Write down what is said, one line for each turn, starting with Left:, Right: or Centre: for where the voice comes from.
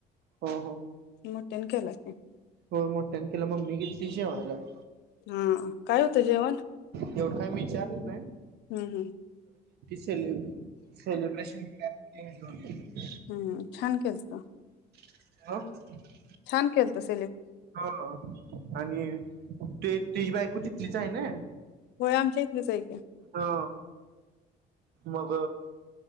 Right: हो
Left: मोठ्याने केलाय की
Right: हो मोठ्यान केल मम्मी गेलती जेवायला
Left: हा काय होत जेवण
Right: एवढं काय मी विचारलं
Left: हूं हूं
Right: सेल सेलिब्रेशन <unintelligible> <inaudible>
Left: हूं छान केलत
Right: <inaudible>
Left: छान केलत स
Right: हा आणि ते तिजी बायको तिथलीच हाय ना <unintelligible>
Left: होय आमच्या इथलीच आहे की
Right: हा मग